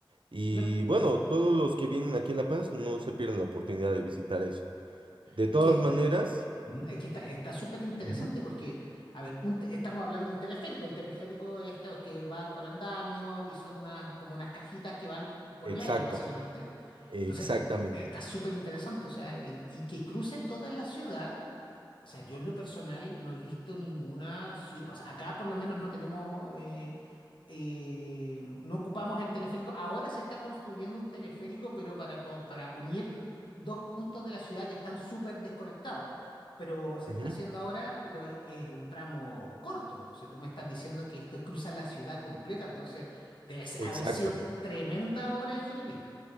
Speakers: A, on the right; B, on the left.
A: Y
B: no,
A: bueno,
B: y
A: todos los que vienen aquí a La Paz no se pierden la oportunidad de visitar eso. De
B: es
A: todas
B: que
A: maneras,
B: Mm, Es que está, está súper interesante
A: Ujú.
B: porque, a ver, un te- estamos hablando de un teleférico. El teleférico es este que va por andamio y son unas, como unas cajitas que van p- por
A: exacto,
B: el aire, básicamente.
A: exactamente.
B: Entonces, está súper interesante. O sea, y, y que cruce toda la ciudad. O sea, yo en lo personal no he visto ninguna ciudad. O sea, acá por lo menos no tenemos. eh, eh, no ocupamos el teleférico. Ahora se está construyendo un teleférico, pero para, co- para unir dos puntos de la ciudad que están súper desconectados. Pero se
A: ujú,
B: está haciendo ahora, pero es, es un tramo corto. O sea, tú me estás diciendo que esto cruza la ciudad completa, entonces debe ser-
A: Exacto.
B: haber sido tremenda obra ingeniería.